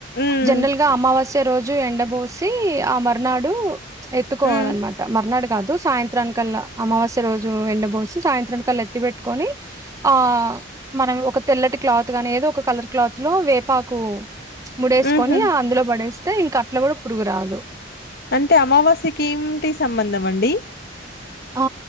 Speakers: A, on the left; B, on the right.
A: ఉమ్
B: జనరల్ గా అమావాస్య రోజు ఎండబోసి ఆ మరనాడు ఎత్తుకోవాలన్నమాట
A: ఉమ్
B: మర్నాడు కాదు సాయంత్రానికల్లా అమావాస్య రోజు ఎండబోసి సాయంత్రం కళ్ల ఏటిబెటుకొని అ మనం ఒక తెల్లాటి క్లాత్ కాని ఒక కలర్ క్లాత్ లో వేపాకు ముడేసుకొని
A: ఉహు
B: అందులో పడేస్తే ఇంక అట్లా కూడా పురుగు రాదు
A: అంటే అమావాస్య కీ ఎన్టి సంబంధం అండి
B: ఆ!